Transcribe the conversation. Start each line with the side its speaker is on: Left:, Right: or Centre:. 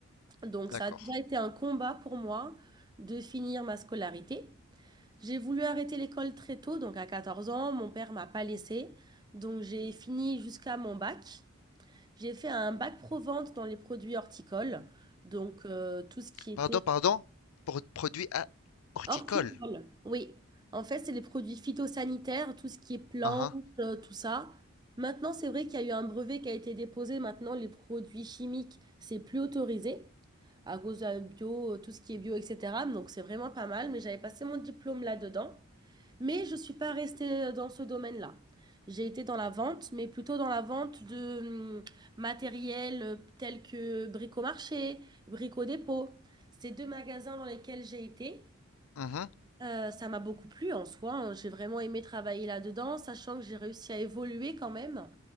Right: Donc,
Left: D'accord.
Right: ça a déjà été un combat pour moi de finir ma scolarité. J'ai voulu arrêter l'école très tôt, donc à 14 ans, mon père m'a pas laissée. Donc, j'ai fini jusqu'à mon bac. J'ai fait un bac pro-vente dans les produits horticoles. Donc, euh, tout ce qui était
Left: Pardon, pardon, pour produit à horticole.
Right: Horticole, oui. En fait, c'est les produits phytosanitaires, tout ce qui est plantes,
Left: Uhum,
Right: euh, tout ça. Maintenant, c'est vrai qu'il y a eu un brevet qui a été déposé. Maintenant, les produits chimiques, c'est plus autorisé à cause de la bio, euh, tout ce qui est bio, etc. Donc, c'est vraiment pas mal. Mais j'avais passé mon diplôme là-dedans. Mais je ne suis pas restée euh, dans ce domaine-là. J'ai été dans la vente, mais plutôt dans la vente de hum, matériel euh, tel que Bricomarché, Brico Dépôt. C'est deux magasins dans lesquels j'ai été.
Left: uhum.
Right: Euh, ça m'a beaucoup plu en soi. hein. J'ai vraiment aimé travailler là-dedans, sachant que j'ai réussi à évoluer quand même.